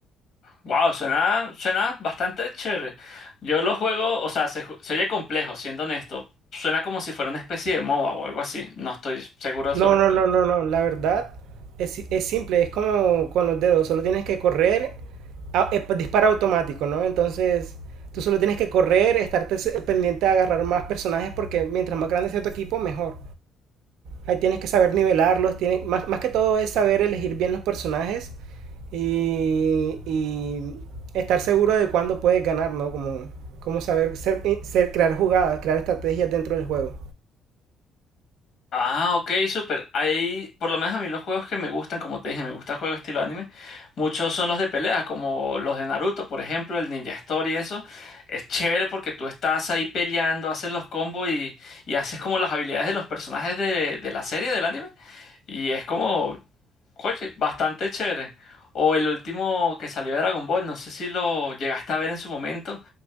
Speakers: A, on the left; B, on the right.
A: Wow, suena, suena bastante chévere. Yo lo juego, o sea, se, ju- se oye complejo, siendo honesto. Suena como si fuera una especie de MOBA o algo así. No estoy seguro sobre
B: No,
A: el
B: no,
A: tema.
B: no, no, no. La verdad es, si- es simple, es como con los dedos. Solo tienes que correr, a- eh, pa- dispara automático, ¿no? Entonces, tú solo tienes que correr, estarte se- pendiente a agarrar más personajes porque mientras más grande sea tu equipo, mejor. Ahí tienes que saber nivelarlos, tienes, más, más que todo es saber elegir bien los personajes y, y estar seguro de cuándo puedes ganar, ¿no? Como, como saber ser, eh, ser, crear jugadas, crear estrategias dentro del juego.
A: Ah, ok, súper. Hay, por lo menos a mí los juegos que me gustan, como te dije, me gusta juegos estilo anime. Muchos son los de peleas, como los de Naruto, por ejemplo, el Ninja Story, eso. Es chévere porque tú estás ahí peleando, haces los combos y, y haces como las habilidades de los personajes de, de la serie, del anime. Y es como, oye, bastante chévere. O el último que salió de Dragon Ball, no sé si lo llegaste a ver en su momento,